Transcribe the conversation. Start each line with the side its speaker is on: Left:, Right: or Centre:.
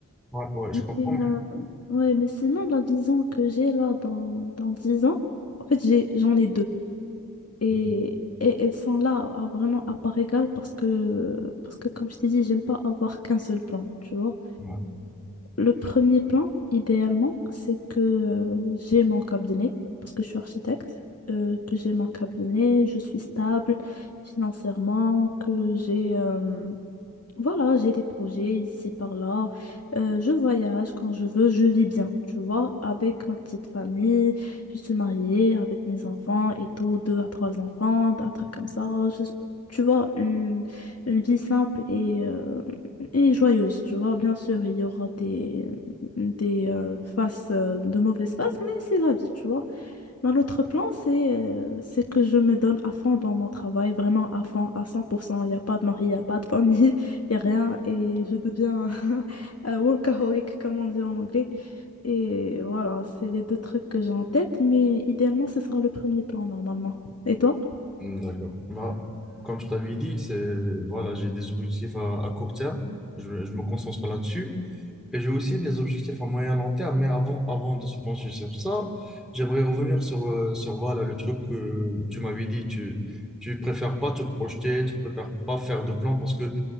Centre: Ouais, ouais, je
Left: Et,
Centre: comprends.
Left: euh, ouais, mais sinon, la vision que j'ai là dans, dans 10 ans, en fait, j'ai, j'en ai deux. Et,
Centre: mais-
Left: et elles sont là à- vraiment à part égale parce que, parce que comme je t'ai dit, j'aime pas avoir qu'un seul plan, tu vois.
Centre: ouais.
Left: Le premier plan, idéalement, c'est que euh, j'ai mon cabinet, parce que je suis architecte, euh, que j'ai mon cabinet, je suis stable financièrement, que j'ai euh, voilà, j'ai des projets ici par là. Euh, je voyage quand je veux, je vis bien, tu vois, avec ma petite famille. Je suis mariée avec mes enfants et tout, deux à trois enfants, un truc comme ça. Je- tu vois, une, une vie simple et, euh, et joyeuse, tu vois. Bien sûr, il y aura des, des euh, faces, euh, de mauvaises faces, mais c'est la vie, tu vois. Ben, l'autre plan, c'est euh, c'est que je me donne à fond dans mon travail, vraiment à fond, à 100%. Il n'y a pas de mari, il n'y a pas de famille, <laughs> il n'y a rien. Et je deviens <laughs> un workaholic, comme on dit en anglais. Et voilà, c'est les deux trucs que j'ai en tête, mais idéalement, ce sera le premier plan normalement. Et toi?
Centre: D'accord. Bah, comme je t'avais dit, c'est, voilà, j'ai des objectifs à, à court terme. Je, me je me concentre là-dessus. Et j'ai aussi des objectifs à moyen long terme. Mais avant, avant de se pencher sur ça, j'aimerais revenir sur, euh, sur voilà, le truc que tu m'avais dit. Tu, tu préfères pas te projeter, tu préfères pas faire de plan parce que